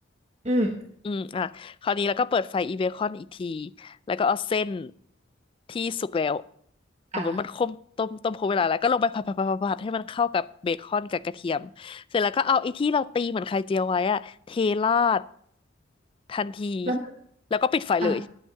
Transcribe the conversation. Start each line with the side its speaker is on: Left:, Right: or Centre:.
Right: อืม
Left: อืมอ่ะคราวนี้แล้วก็เปิดไฟอีเบคอนอีกทีแล้วก็เอาเส้นที่สุกแล้ว
Right: อ่ะ
Left: สมมติมันต้มต้มต้มครบเวลาแล้วก็ลงไปผัดผัดผัดผัดผัดให้มันเข้ากับเบคอนกับกระเทียมเสร็จแล้วก็เอาไอ้ที่เราตีเหมือนไข่เจียวไว้อะเทราดทันที
Right: แล้วมัน
Left: แล้วก็ปิดไฟเลย
Right: อ่ะ